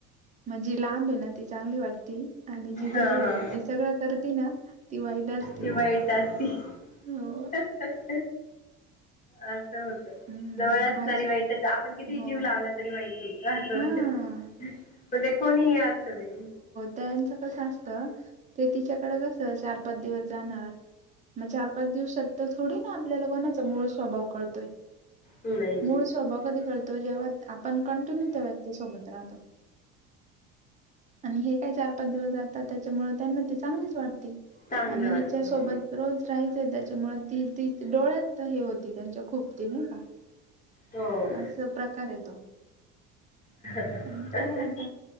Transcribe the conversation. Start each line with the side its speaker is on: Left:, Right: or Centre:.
Right: म्हणजी लांबे ना ती चांगली वाटती. आणि जी
Left: हा
Right: जवळ
Left: हा
Right: आहे जी सगळं करते ना ती वाईट असते.
Left: ती वाईट असती. <inaudible>
Right: हो.
Left: असं होत
Right: हम्म
Left: जवळ असणारी
Right: माझी
Left: वाईटच आपण किती
Right: हो
Left: जीव लावलात. जे व्हायचं होतं असं
Right: हा.
Left: होतं मग कोणीही असू दे
Right: दळण च कसं असत ते तिच्याकडे कसं चार पाच दिवस जाणार. मग चार पाच दिवसात तर थोडी ना आपल्या कोणाचा मूळ स्वभाव कळतोय.
Left: नाही नाही
Right: मूळ स्वभाव कधी कळतो जेव्हा आपण कंटिन्यू त्या व्यक्ती सोबत राहतो. आणि हे काय चार पाच दिवस जातात त्याच्यामुळ त्यांना ती चांगलीच वाटते.
Left: चांगलं
Right: आणि
Left: वाटत
Right: हिच्या
Left: हो
Right: सोबत रोज राहायचं त्याच्यामुळे ती ती डोळ्यात तर हे होते त्यांच्या खोपती नाही का?
Left: हो
Right: अस प्रकार हाय तो
Left: हा हा
Right: पण
Left: हा
Right: काय
Left: हा
Right: आता